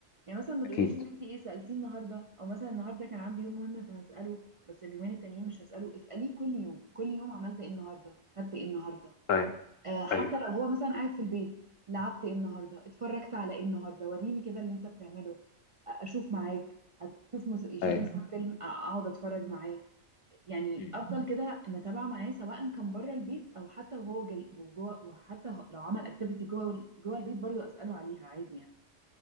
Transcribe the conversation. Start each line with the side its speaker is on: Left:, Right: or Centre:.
Right: يعني مثلا ما
Left: اكيد
Right: تقوليش ان انت ايه سألتيه النهاردة او مثلا النهاردة كان عنده يوم مهم فهسأله بس اليومين التانيين مش هسأله اسأليه كل يوم كل يوم عملت ايه النهاردة خدت ايه النهاردة
Left: ايوه
Right: آه حتى
Left: ايوه
Right: لو هو مثلا قاعد في البيت لعبت ايه النهاردة اتفرجت على ايه النهاردة وريني كده اللي انت بتعمله آه، اشوف معاك هتشوف مس... يشوف
Left: ايوه
Right: مثلا فيلم اقعد اتفرج معاه يعني
Left: مم.
Right: افضل كده متابعه معاه سواء كان بره البيت او حتى وهو جل... وجوه وحتى هو- لو عمل اكتيفيتي جوه ال- جوه البيت برضو اساله عليها عادي يعني